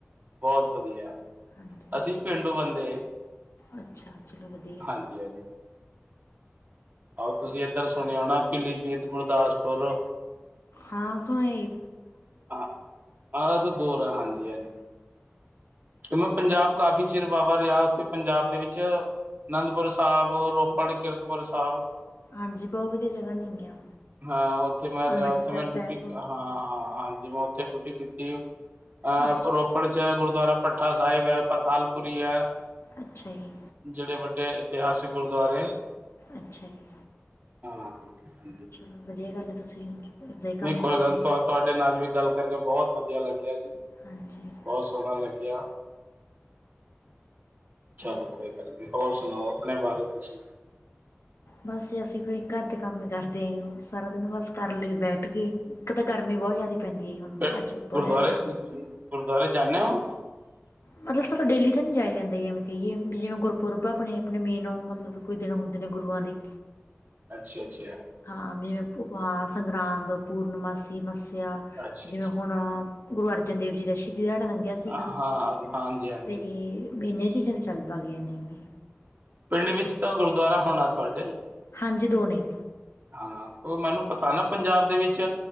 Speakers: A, on the right; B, on the left.
A: ਬੋਤ ਵਧੀਆ
B: ਹਾਂਜੀ
A: ਅਸੀਂ ਵੀ ਪੇਂਡੂ ਬੰਦੇ
B: ਅੱਛਾ ਚਲੋ ਵਧੀਆ।
A: <unintelligible> ਆਹੋ ਤੁਸੀਂ ਏਧਰ ਸੁਣਿਆ ਹੁਣ ਨਾ ਪੀਲੀਪੀਤ ਗੁਰਦਾਸਪੁਰ
B: ਹਾਂ ਸੁਣਿਆ ਏ
A: ਹਾਂ, ਓ ਤੇ ਦੂਰ ਆ ਹਾਂਜੀ-ਹਾਂਜੀ। ਜਿਵੇਂ ਪੰਜਾਬ ਕਾਫ਼ੀ ਚਿਰ ਵਾਵਾ ਰੈਆ ਓਥੇ ਪੰਜਾਬ ਦੇ ਵਿੱਚ ਅਨੰਦਪੁਰ ਸਾਬ, ਰੋਪੜ, ਕਿਰਤਪੁਰ ਸਾਬ
B: ਹਾਂਜੀ ਬੋਤ ਵਧੀਆ ਜਗਾ ਨੇਗੀਆਂ।
A: ਹਾਂ ਓਥੇ ਮੈਂ ਰੈਆ
B: ਅੰਮ੍ਰਿਤਸਰ
A: ਓਥੇ ਮੈਂ ਡਿਊਟੀ,
B: ਸਾਹਿਬ
A: ਹਾਂ ਆ ਹਾਂਜੀ ਮੈਂ ਓਥੇ ਡਿਊਟੀ ਦੀਤੀ ਆ, ਅਹ
B: ਅੱਛਾ
A: ਰੋਪੜ ਚ ਏ ਗੁਰ ਗੁਰਦੁਆਰਾ ਭੱਠਾ ਸਾਇਬ ਐ ਪਤਾਲਪੁਰੀ ਐ।
B: ਅੱਛਾ ਜੀ।
A: ਜਗੜੇ ਵੱਡੇ ਇਤਿਹਾਸਿਕ ਗੁਰਦੁਆਰੇ
B: ਅੱਛਾ ਜੀ।
A: ਹਾਂ। ਹਾਂਜੀ।
B: ਚਲੋ ਵਧੀਆ ਗੱਲ ਐ ਤੁਸੀਂ ਓਦਾਂ ਹੀ ਕੰਮ
A: ਨਈ ਕੋਈ
B: ਕਰ
A: ਗੱਲ
B: ਰਹੇ
A: ਨੀ
B: ਹੋ।
A: ਤੁਅ ਤੁਆਡੇ ਨਾਲ ਵੀ ਗੱਲ ਕਰਕੇ ਬੋਤ ਵਧੀਆ ਲੱਗਿਆ ਜੀ।
B: ਹਾਂਜੀ।
A: ਬੋਤ ਸੋਣਾ ਲੱਗਿਆ। ਚਲੋ ਕੋਈ ਗੱਲ ਨੀ ਹੋਰ ਸੁਣਾਓ ਅਪਣੇ ਬਾਰੇ ਤੁਸੀਂ
B: ਬਸ ਅਸੀਂ ਵੀ ਕਾਰਦੇ ਕੰਮ ਈ ਕਰਦੇ ਆ ਸਾਰਾ ਦਿਨ ਬਸ ਕਰ ਲਈ ਬੈਠ ਗਏ। ਏਕ ਤੇ ਗਰਮੀ ਬੋਤ ਜਾਦੀ ਪੈਂਦੀ ਐ ਜੀ ਹੁਣ
A: ਅ
B: ਅੱਜ ਬਹੁਤ
A: ਗੁਰਦੁਆਰੇ,
B: ਜ਼ਿਆਦਾ ਗਰਮੀ
A: ਗੁਰਦੁਆਰੇ ਜਾਂਨੇ ਓ
B: ਮਤਲਬ ਸਾਥੋਂ ਡੇਲੀ ਤਾਂ ਨੀ ਜਾਇਆ ਜਾਂਦਾ ਜੀ ਐਵੇਂ ਕਹੀਏ ਵੀ ਜਿਵੇਂ ਗੁਰਪੁਰਬ ਆਪਣੇ-ਆਪਣੇ ਮੇਨ ਮਤਲਬ ਕੋਛ ਦਿਨ ਹੁੰਦੇ ਨੇ ਗੁਰੂਆਂ ਦੀ
A: ਅੱਛਾ-ਅੱਛਾ।
B: ਹਾਂ ਮੇਵੇਂ ਓਪ ਹਾਸ ਸੰਗਰਾਂਦ, ਪੂਰਨਮਾਸੀ, ਮੱਸਿਆ
A: ਅੱਛਾ-ਅੱਛਾ
B: ਜਿਵੇਂ ਹੁਣ ਗੁਰੂ ਅਰਜਨ ਦੇਵ ਜੀ ਦਾ ਸ਼ਹੀਦੀ ਦਿਹਾੜਾ ਲੰ ਲੰਗਿਆ ਸੀਗਾ
A: ਹਾਂ ਹਾਂਜੀ-ਹਾਂਜੀ
B: ਤੇ ਮੀਨੇ ਸੀਜ਼ਨ ਚੱਲ ਬਗ ਜਾਂਨੇ ਆ ਗੇ
A: ਪਿੰਡ ਵਿੱਚ ਤਾ ਗੁਰਦੁਆਰਾ ਹੋਨਾ ਤੁਆਡੇ।
B: ਹਾਂਜੀ ਦੋ ਨੇ।
A: ਹਾਂ ਓ ਮੈਨੂੰ ਪਤਾ ਨਾ ਪੰਜਾਬ ਦੇ ਵਿੱਚ।